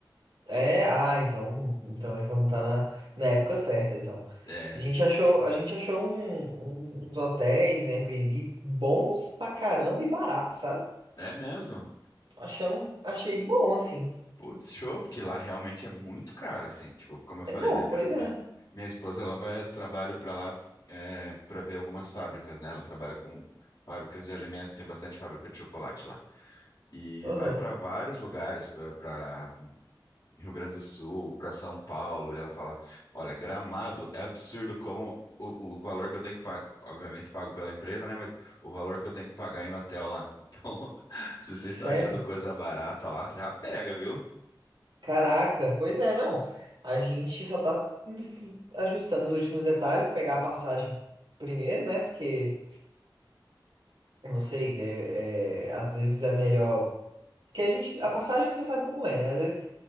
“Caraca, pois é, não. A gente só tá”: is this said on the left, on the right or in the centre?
Right